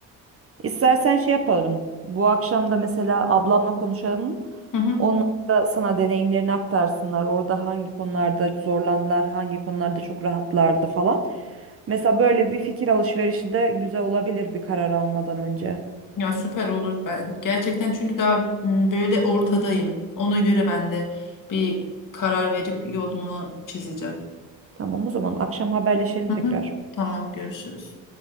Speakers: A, on the right; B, on the left.
A: İstersen şey yapalım. Bu akşam da mesela ablamla konuşalım.
B: Hı hı.
A: Onlar da sana deneyimlerini aktarsınlar. Orada hangi konularda zorlandılar, hangi konularda çok rahatlardı falan. Mesela böyle bir fikir alışverişi de güzel olabilir bir karar almadan önce.
B: Ya süper olur ben gerçekten çünkü daha m, böyle ortadayım. Ona göre ben de bir karar verip yolumu çizeceğim.
A: Tamam o zaman akşam haberleşelim
B: Hı
A: tekrar.
B: hı. Tamam görüşürüz.